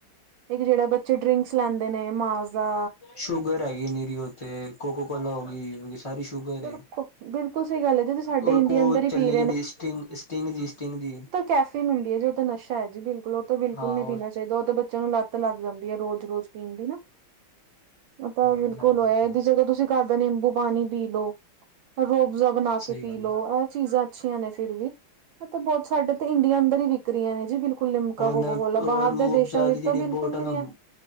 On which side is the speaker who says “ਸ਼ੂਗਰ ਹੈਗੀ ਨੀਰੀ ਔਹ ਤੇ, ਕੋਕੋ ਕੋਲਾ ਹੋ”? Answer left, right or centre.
Left